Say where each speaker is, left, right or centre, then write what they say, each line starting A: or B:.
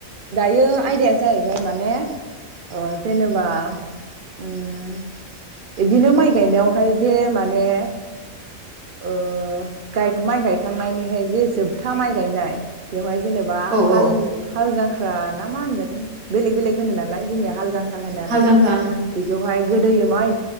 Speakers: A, on the right; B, on the right.
A: दायो आयदाया जाहैबाय माने अ जेनेबा उम इदिनो माइ गायनायावहाय जे माने ओ गाय माइ गायखांनायनिहाय जे जोबथा माइ गायनाय बेवहाय जेनेब बा
B: औ
A: हाल
B: औ
A: हाल जांख्रा ना मा होनगोन? बेलेग बेलेग होनो नालाय जोंनिया हाल जांख्रा होनो आरो
B: हाल जांख्रा
A: ना।
B: ओं
A: बेखौहाय गोदोयो माय